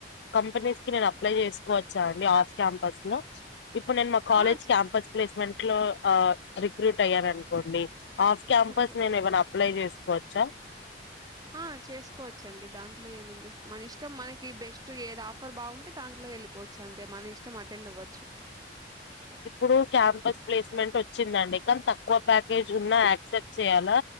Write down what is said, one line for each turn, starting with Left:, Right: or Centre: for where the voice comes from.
Left: కంపెనీస్ కి నేను అప్లై చేసుకోవచ్చా అండి ఆఫ్ క్యాంపస్ లో ఇప్పుడు నేను మా కాలేజ్
Right: ఆ! చ్
Left: క్యాంపస్ ప్లేస్మెంట్ లో ఆ రిక్రూట్ అయ్యను అనుకోండి ఆఫ్ క్యాంపస్
Right: ఓకే.
Left: నేను ఏమైనా అప్లై చేసుకోవచ్చా
Right: ఆ చేసుకోవచ్చండి దాంట్లో ఏముంది మన ఇష్టం మనకి బెస్ట్ ఏద ఆఫర్ బాగుంటే దాంట్లో వెళ్ళిపో చ్చు అంతే మన ఇష్టం అటెండ్ అవ్వచ్చు
Left: ఇప్పుడు క్యాంపస్ ప్లేస్మెంట్ వచ్చిందండి కానీ తక్కువ ప్యాకేజ్ ఉన్నా యాక్సెప్ట్ చేయ్యాలా